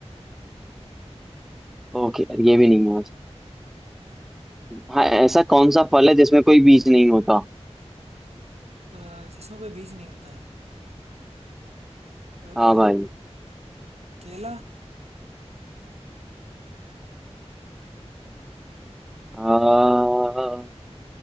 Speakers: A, in the centre; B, on the right.
A: ओके ये भी नहीं है हाँ ऐसा कौन सा फल है जिसमें कोई बीज नहीं होता
B: अ, जिसमें कोई बीज नहीं होता अ,
A: हाँ
B: अ,
A: भाई
B: केला
A: हाँ